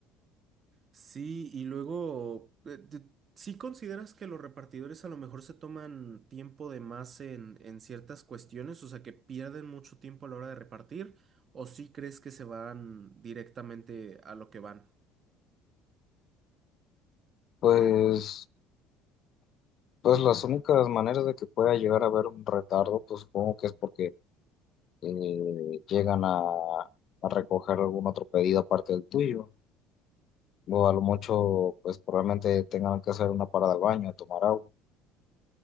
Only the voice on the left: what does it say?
Pues, pues las únicas maneras de que pueda llegar a haber un retardo, pues supongo que es porque eh, llegan a, a recoger algún otro pedido aparte del tuyo. O a lo mucho, pues probablemente tengan que hacer una parada al baño, a tomar agua.